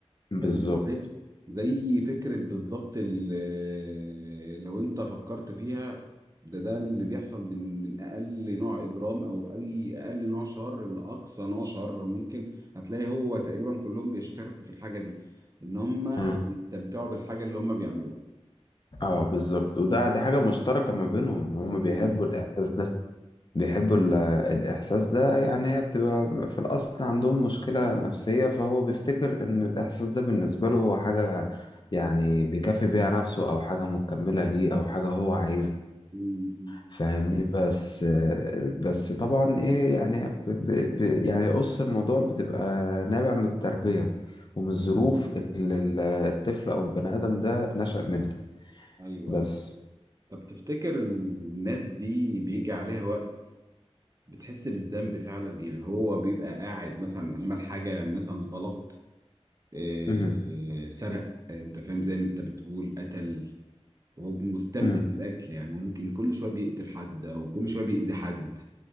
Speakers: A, on the left (about 45°); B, on the right (about 30°).
A: بالظبط
B: فاهم ازاي؟ زي فكرة بالظبط ال- آه، لو انت فكرت فيها ده ده اللي بيحصل من من اقل نوع اجرام او اي اقل نوع شر لاقصى نوع شر ممكن هتلاقي هو تقريبا كلهم بيشتركوا في الحاجة دي ان هم
A: امم
B: بيستمتعوا بالحاجة اللي هم بيعملوها
A: اه بالظبط وده دي حاجة مشتركة ما بينهم هم بيحبوا
B: مم.
A: الإحساس ده بيحبوا ال- الإحساس ده يعني هي بتبقى في الأصل عندهم مشكلة نفسية فهو بيفتكر إن الإحساس ده بالنسبة له هو حاجة يعني بيكافئ بيها نفسه أو حاجة مكملة ليه أو حاجة هو عايزها
B: مم.
A: فاهمني بس بس طبعا إيه يعني هي ب ب ب يعني قص الموضوع بتبقى نابع من التربية ومن الظروف
B: مم.
A: اللي ال- الطفل أو البني آدم ده نشأ منها
B: ايوه
A: بس
B: ايوه طب تفتكر الناس دي بيجي عليها وقت بتحس بالذنب فعلا يعني هو بيبقى قاعد مثلا عمل حاجة مثلا غلط آه،
A: مهم.
B: آه، سرق انت فاهم زي ما انت بتقول قتل وهو مستمتع
A: مهم.
B: بالقتل يعني هو ممكن كل شويه بيقتل حد او كل شويه بيأذي حد